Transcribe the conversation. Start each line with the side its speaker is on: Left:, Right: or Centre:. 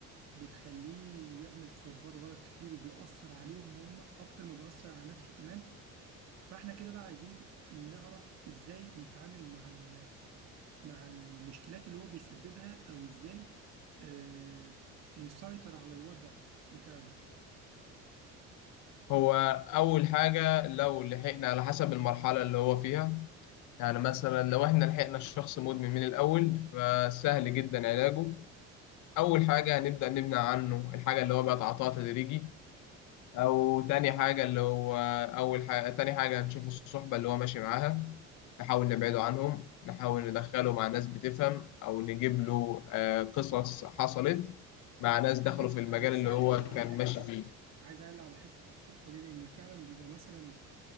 Right: بتخليه يعمل تصرفات غلط كتير وبيأثر عليهم هم اكتر ما بيأثر على نفسه كمان فاحنا كده بقى عايزين نعرف ازاي نتعامل مع ال مع المشكلات اللي هو بيسببها او ازاي آه، نسيطر على الوضع بتاع ده
Left: هو اول حاجه لو لحقنا على حسب المرحله اللي هو فيها يعني مثلا لو احنا لحقنا الشخص مدمن من الأول فسهل جدا علاجه أول حاجة هنبدأ نمنع عنه الحاجة اللي هو بيتعاطاها تدريجي أو تاني حاجة اللي هو أول حاجة تاني حاجة هنشوف الصحبة اللي هو ماشي معاها نحاول نبعده عنهم نحاول ندخله مع ناس بتفهم أو نجيب له آه، قصص حصلت مع ناس دخلوا
Right: حتة
Left: في المجال
Right: انا بس
Left: اللي
Right: عايز
Left: هو
Right: اعلق على
Left: كان
Right: حتة
Left: ماشي فيه
Right: عايز اعلق على حتة الصحبة دي لان فعلا بيبقى مثلا